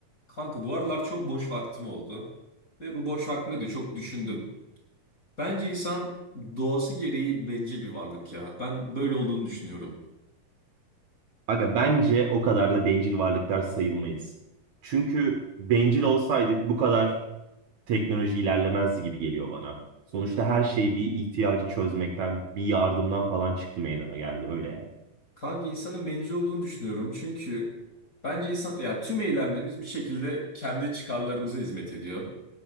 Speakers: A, on the left; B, on the right.
A: Kanka bu aralar çok boş vaktim oldu. Ve bu boş vaktimde de çok düşündüm. Bence insan doğası gereği bencil bir varlık ya. Ben böyle olduğunu düşünüyorum.
B: Aga bence o kadar da bencil varlıklar sayılmayız. Çünkü bencil olsaydık bu kadar teknoloji ilerlemezdi gibi geliyor bana. Sonuçta her şey bir ihtiyacı çözmekten, bir yardımdan falan çıktı meydana geldi öyle yani.
A: Kanka insanın bencil olduğunu düşünüyorum. Çünkü bence insan ya tüm eylemlerimiz bir şekilde kendi çıkarlarımıza hizmet ediyor.